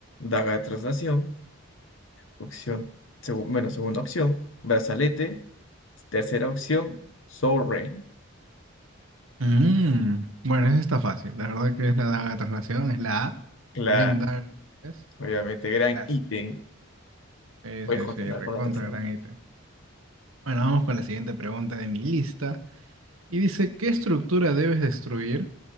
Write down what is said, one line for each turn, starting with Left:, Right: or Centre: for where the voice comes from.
Left: daga de traslación. Opción, segu- bueno, segunda opción, brazalete. Tercera opción, Soul Rain.
Right: Mm, Bueno, esa está fácil. La verdad que es la daga de traslación, es la A.
Left: Claro,
Right: Blink Dagger es
Left: obviamente, gran
Right: la
Left: ítem.
Right: C. Sí,
Left: Voy
Right: sí,
Left: a continuar
Right: sí, recontra
Left: con la tercera.
Right: gran ítem. Bueno, vamos con la siguiente pregunta de mi lista. Y dice, ¿qué estructura debes destruir